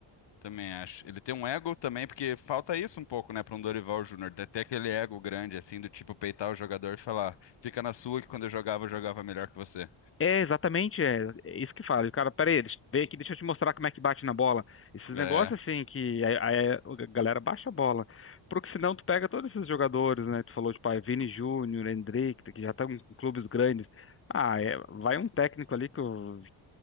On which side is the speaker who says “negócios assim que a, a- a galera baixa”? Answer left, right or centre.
Left